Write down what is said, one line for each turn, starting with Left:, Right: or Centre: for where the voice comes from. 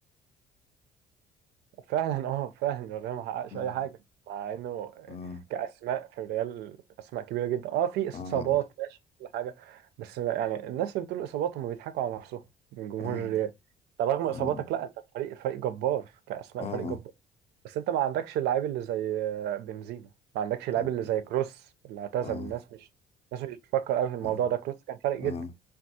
Right: فعلا اه فعلا الريال ما حققش
Left: امم
Right: اي حاجه مع انه
Left: اه
Right: كاسماء في الريال اسماء كبيره جدا اه في اصابات
Left: آه
Right: ماشي كل حاجه بس يعني الناس اللي بتقول اصابات هم بيضحكوا على نفسهم من جمهور
Left: آه
Right: الريال طب رغم اصاباتك
Left: آه
Right: لا انت فريق فريق جبار كاسماء
Left: آه
Right: فريق جبار بس انت ما عندكش اللعيب اللي زي بنزيما ما عندكش اللعيب
Left: مم.
Right: اللي زي كروس اللي اعتزل
Left: آه
Right: الناس مش الناس مش بتفكر قوي في الموضوع
Left: آه
Right: ده كروس كان فارق جدا
Left: آه